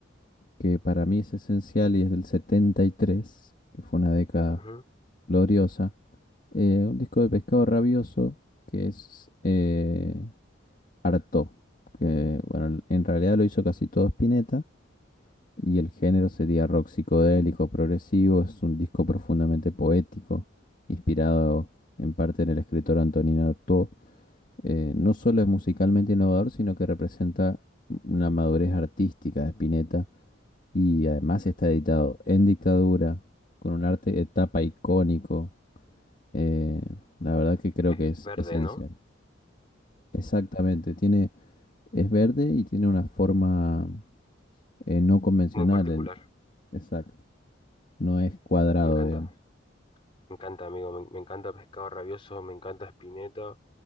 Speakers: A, on the left (about 45°); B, on the left (about 30°).
A: que para mí es esencial y es del 73 que fue una década
B: Ujú.
A: gloriosa. eh, un disco de Pescado Rabioso que es eh, Artaud, que bueno, en realidad lo hizo casi todo Spinetta y el género sería rock psicodélico progresivo. Es un disco profundamente poético, inspirado en parte en el escritor Antonin Artaud eh, no solo es musicalmente innovador, sino que representa una madurez artística de Spinetta y además está editado en dictadura, con un arte de tapa icónico. eh, la verdad que creo
B: Es
A: que es
B: verde,
A: esencial.
B: ¿no?
A: Exactamente, tiene, es verde y tiene una forma eh, no convencional,
B: Muy particular,
A: el- exacto, no es cuadrado,
B: me encanta,
A: digamos.
B: me encanta amigo, me, me encanta Pescado Rabioso, me encanta Spinetta